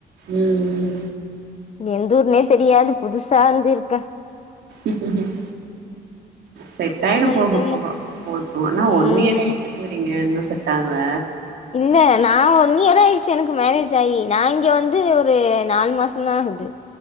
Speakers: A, on the right; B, on the left.
A: ம் ம்.
B: இங்க எந்தூர்னே தெரியாது புதுசா வந்து இருக்க.
A: உஹம். செட்டாயிடு
B: வந்து
A: போக போக <unintelligible>
B: ம்
A: ஒன் இயர் ஆயிடுத்துங்கிறீங்க இன்னு செட் டாக்ல
B: இல்ல நா ஒன் இயர் ஆயிடுச்சு எனக்கு மேரேஜ் ஆயி நா இங்க வந்து ஒரு நாலு மாசோ தா. குது